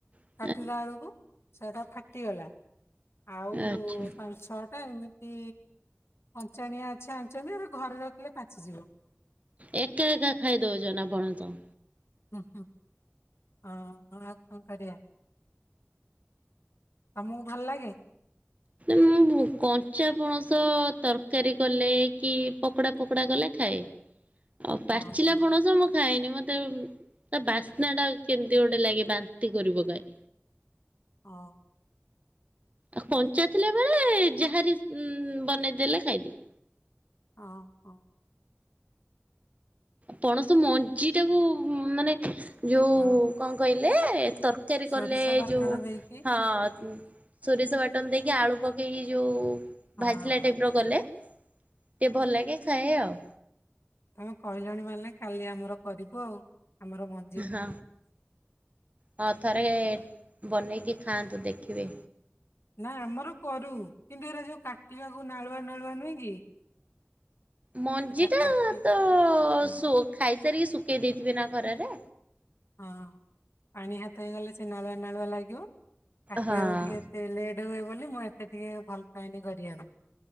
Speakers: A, on the right (about 35°); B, on the left (about 80°).
A: ଲା
B: କାଟିଲା ବେଳକୁ ସେଟା ଫାଟିଗଲା ଆଉ
A: ଆଚ୍ଛା।
B: ପାଞ୍ଚ ଛଅ ଟା ଏମିତି ଅଞ୍ଚାଣିଆ ଅଛି ଆଣିଛନ୍ତି ଏ ଘରେ ରଖିଲେ ପାଚିଯିବ।
A: ଏକା ଏକା ଖାଇ ଦଉଛ ନାଁ ପଣସ?
B: ହଁ ହଁ ହଁ ଆ ଆଉ କଣ କରିବା। ତମକୁ ଭଲ ଲାଗେ?
A: ନା ମୁଁ କଞ୍ଚା ପଣସ ତରକାରୀ କଲେ କି ପକୋଡ଼ା ଫକୋଡ଼ା କଲେ ଖାଏ। ଆଉ ପାଚିଲା
B: ହଁ ହଁ ହଁ।
A: ପଣସ ମୁଁ ଖାଇନି ମତେ ତା ବାସ୍ନା ଟା କେମିତି ଗୋଟେ ଲାଗେ ବାନ୍ତି କରିପକାଏ।
B: ହଁ।
A: ଆଉ କଞ୍ଚା ଥିଲା ବେଳେ ଯାହାରି ବନେଇଦେଲେ ଖାଇଦିଏ।
B: ଅ ହଁ।
A: ପଣସ ମଞ୍ଜି ଟାକୁ ମାନେ ଯୋଉ
B: ହଁ ହଁ
A: କଣ କହିଲେ ତର ତିଆରି
B: ସୋରିଷ
A: କଲେ
B: ବାଟଣ
A: ଯୋଉ
B: ଦେଇକି
A: ହଁ। ସୋରିଷ ବାଟନ ଦେଇକି ଆଳୁ ପକେଇକି ଯୋଉ
B: ହଁ
A: ଭାଜିଲା
B: ହଁ।
A: ଟାଇପ୍ରର କଲେ ଟିକେ ଭଲ ଲାଗେ ଖାଏ ଆଉ।
B: ତମେ କହିଲଣି ମାନେ କାଲି ଆମର କରିବୁ ଆଉ ଆମର ମ
A: ହଁ ହଁ ଥରେ ବନେଇକି ଖାଆନ୍ତୁ ଦେଖିବେ?
B: ନା ଆମର କରୁ କିନ୍ତୁ ଏଟା ଯୋଉ କାଟିବାକୁ ନାଳୁଆ ନାଳୁଆ ନୁହଁ କି?
A: ମଞ୍ଜି
B: ସେଟା
A: ଟା
B: କାଟି
A: ତ
B: ହଁ
A: ସୁ ଖାଇସାରିକି ଶୁଖେଇ ଦେଇଥିବେ ନା ଖରା ରେ?
B: ହଁ ପାଣି ହାତ ହେଇଗଲେ ସେ ନାଳୁଆ ନାଳୁଆ ଲାଗିବ କାଟିବା
A: ହଁ
B: ବାକୁ ଟିକେ ସେ ଲେଟ୍ ହୁଏ ବୋଲି ମୁଁ ଏତେ ଟିକେ ଭଲ ପାଏନି କରିବା ପାଇଁ।